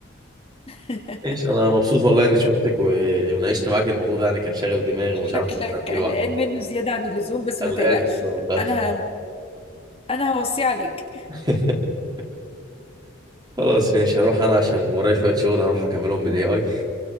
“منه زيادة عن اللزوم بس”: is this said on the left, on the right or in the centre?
Left